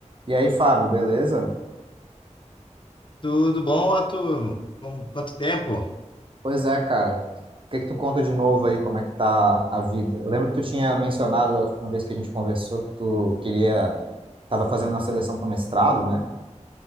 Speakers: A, on the right; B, on the left.
A: E aí, Fábio, beleza?
B: Tudo bom, Arthur? Com quanto tempo?
A: Pois é, cara. O que que tu conta de novo aí? Como é que tá a vida? Eu lembro que tu tinha mencionado a última vez que a gente conversou que tu queria, tava fazendo uma seleção para mestrado, né?